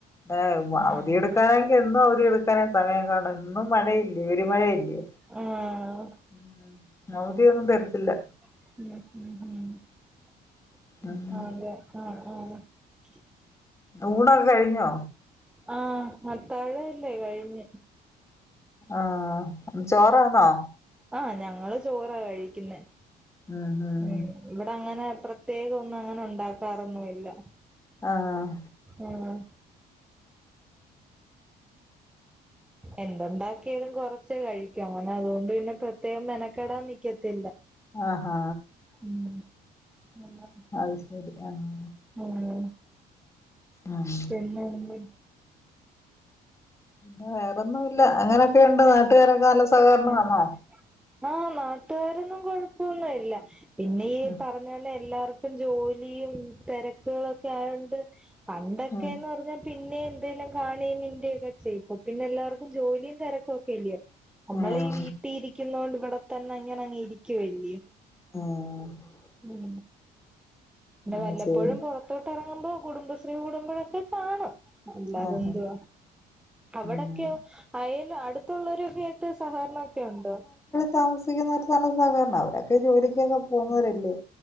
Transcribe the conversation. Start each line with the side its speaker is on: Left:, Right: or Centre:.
Left: ആഹ്
Centre: ആഹ്
Left: അവധി എടുക്കാനെങ്കി എന്നും അവധി എടുക്കാനെ സമയം കാണു എന്നും മഴയല്ലെ ഇടി മഴയല്ലെ
Centre: ആഹ്
Left: ഉം അവധിയൊന്നും തെര്ത്തില്ല
Centre: <unintelligible>
Left: ഉം ഊണഓക്കേ കഴിഞ്ഞോ?
Centre: ആഹ് അത്താഴല്ലെ കഴിഞ്ഞ്
Left: ആഹ് അപ്പം ചോറാന്നോ
Centre: ആഹ് ഞങ്ങള് ചോറാ കഴിക്കുന്നെ
Left: ആഹ് ആഹ്
Centre: ഉം ഇവട അങ്ങനെ പ്രത്യേകം ഒന്നും അങ്ങന ഉണ്ടാക്കാറൊന്നുമില്ല
Left: ആഹ്
Centre: ആഹ് എന്തുണ്ടാക്കിയെലും കൊറച്ചെ കഴിക്കു അങ്ങന അതുകൊണ്ട് പിന്നെ പ്രത്യേകം മെനക്കെടാൻ നിക്കത്തില്ല
Left: ആഹ് ആഹ്
Centre: ഉം <inaudible>
Left: അത് ശരി ആഹ്
Centre: ഉം
Left: ആഹ് <inaudible>
Centre: പിന്നെന്ത്പറ്റി
Left: പിന്നെ വേറെന്നൂല്ല അങ്ങനെക്കെണ്ട് നാട്ടുകാരൊക്ക നല്ല സഹകരണം
Centre: എന്ത്
Left: ആണോ
Centre: ആഹ് നാട്ടുകാരൊന്നും കൊഴപ്പൊന്നൂല്ല പിന്നെ ഈ
Left: ഉം
Centre: പറഞ്ഞ തന്ന എല്ലാർക്കും ഇപ്പം ജോലിയും തെരക്കുകളൊക്ക ആയൊണ്ട് പണ്ടൊക്കെന്ന്
Left: ഉം
Centre: പറഞ്ഞാൽ പിന്നെ എന്തെലും കാണെയും മിണ്ടിയൊക്ക ചെയ്യും ഇപ്പൊ പിന്നെ എല്ലാർക്കും ജോലിയും തെരക്കു ഒക്കെഇല്ലേ നമ്മള്
Left: ഉം
Centre: ഈ വീട്ടീ ഇരിക്കുന്നോണ്ട് ഇവട തന്ന ഇങ്ങനെങ്ങ് ഇരിക്കുവല്ലെ
Left: ഉം
Centre: ഉം പിന്ന വല്ലപ്പോഴും
Left: അത് ശരി
Centre: പൊറത്- പുറത്ത്എറങ്ങുമ്പോ കുടുംബശ്രീ കൂടുമ്പഴൊക്കെ കാണും അല്ലാതെന്തുവ
Left: ആഹ്
Centre: അവിടെക്കെയോ
Left: ഉം
Centre: അയല് അടുത്തൊള്ളൊരുവേ ട്ട് സഹകരണൊക്കെണ്ടോ
Left: താമസിക്കുന്നവര് നല്ല സഹകരണ അവരൊക്കെ ജോലിക്കൊക്കെ പോന്നോരല്ലെ